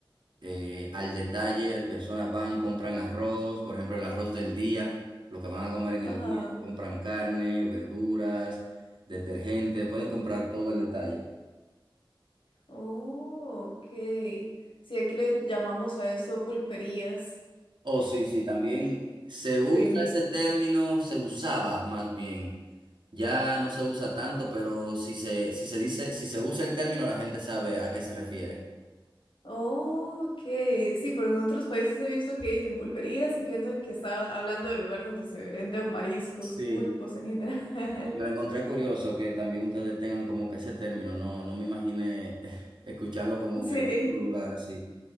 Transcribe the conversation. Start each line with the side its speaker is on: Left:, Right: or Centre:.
Right: Eh, al detalle, las personas van, compran arroz, por ejemplo, el arroz del día, lo que van a comer en
Left: Ajá.
Right: el día, compran carne, verduras, detergente, pueden comprar todo al detalle.
Left: Oh, ok. Sí, aquí le llamamos a eso pulperías.
Right: Oh, sí, sí, también se
Left: Sí.
Right: usa ese término, se usaba más bien. Ya no se usa tanto, pero si se, si se dice, si se usa el término, la gente sabe a qué se refiere.
Left: Oh, ok, sí, porque en otros países he visto que dicen pulperías y piensan que están hablando del lugar donde se venden mariscos,
Right: Sí,
Left: pulpos en general. <laughs>
Right: me lo encontré curioso que también ustedes tengan como que ese término, no, no me imaginé <laughs> escucharlo como
Left: Sí,
Right: que en otro lugar así.